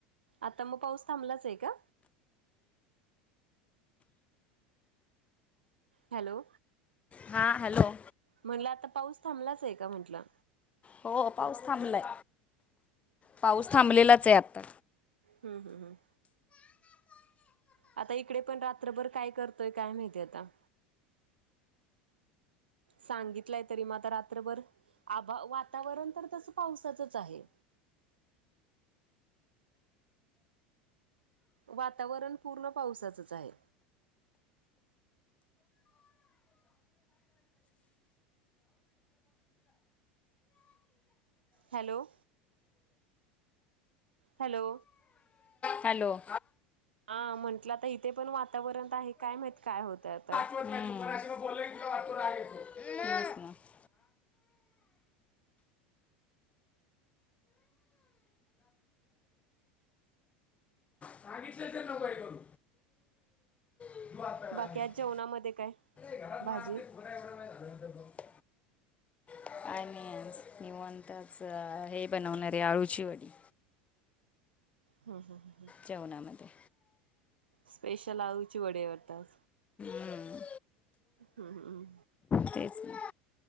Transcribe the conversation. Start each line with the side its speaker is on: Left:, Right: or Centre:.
Right: आता म पाऊस थांबलाचे का? हॅलो.
Left: हां हॅलो.
Right: म्हटलं आता पाऊस थांबलाचे का? म्हंटलं.
Left: हो पाऊस थांबलाय. पाऊस थांबलेलाचे आता.
Right: हम्म, हम्म, हम्म. आता इकडे पण रात्रभर काय करतोय, काय माहिती आता. सांगितलंय तरी म आता रात्रभर. आभा वातावरण तर तसं पावसाचंच आहे. वातावरण पूर्ण पावसाचंच आहे. हॅलो. हॅलो.
Left: हॅलो.
Right: हा म्हंटलं आता इथे पण वातावरण त आहे. काय माहित काय होतंय आता.
Left: हम्म, तेच ना. <inaudible> सांगितलं तर नको हे करू तू आता
Right: बाकी
Left: ते
Right: आज जेवणामध्ये काय?
Left: घरात
Right: भाजी.
Left: <inaudible> <unintelligible> काय नाही आज निवांत. त्याच हे बनवणारे. आळूची वडी.
Right: ह, ह, ह, ह.
Left: जेवणामध्ये.
Right: स्पेशल आळूची वडीय वाटत आज.
Left: हम्म,
Right: हम्मम्म.
Left: तेच. <unintelligible>